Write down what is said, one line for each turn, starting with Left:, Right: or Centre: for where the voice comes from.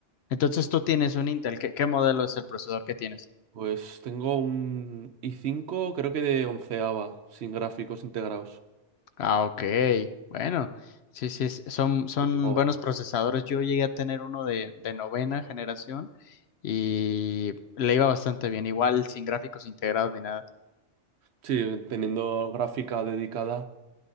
Left: entonces tú tienes un Intel. ¿Qué, qué modelo es el procesador que tienes?
Right: Pues tengo un i5, creo que de onceava, sin gráficos integrados.
Left: Ah, ok. Bueno, sí, sí, es- son, son
Right: Que tengo,
Left: buenos procesadores. Yo llegué a tener uno de, de novena generación y le iba bastante bien, igual sin gráficos integrados ni nada.
Right: sí, teniendo gráfica dedicada,